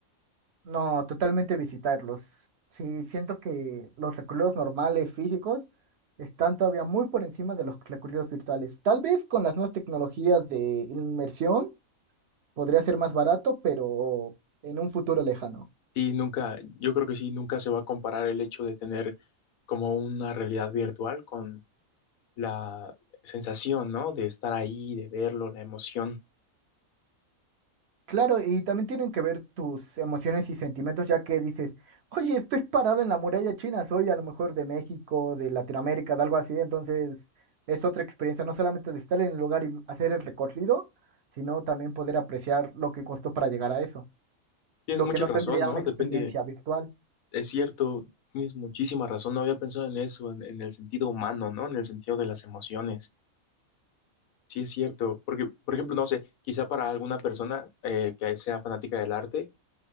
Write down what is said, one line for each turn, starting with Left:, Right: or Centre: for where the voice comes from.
Right: No, totalmente visitarlos. Sí, siento que los recorridos normales, físicos, están todavía muy por encima de los recorridos virtuales. Tal vez con las nuevas tecnologías de inmersión Podría ser más barato, pero en un futuro lejano.
Left: Sí, nunca, yo creo que sí, nunca se va a comparar el hecho de tener como una realidad virtual con la sensación, ¿no? De estar ahí, de verlo, la emoción.
Right: Claro, y también tienen que ver tus emociones y sentimientos, ya que dices, oye, estoy parado en la muralla china, soy a lo mejor de México, de Latinoamérica, de algo así, entonces es otra experiencia, no solamente de estar en el lugar y hacer el recorrido, sino también poder apreciar lo que costó para llegar a eso,
Left: Tienes
Right: lo
Left: mucha
Right: que no
Left: razón,
Right: tendría
Left: ¿no?
Right: una experiencia
Left: Depende,
Right: virtual.
Left: es cierto, tienes muchísima razón. No había pensado en eso, en, en el sentido humano, ¿no? En el sentido de las emociones. Sí, es cierto, porque, por ejemplo, no sé, quizá para alguna persona eh, que sea fanática del arte,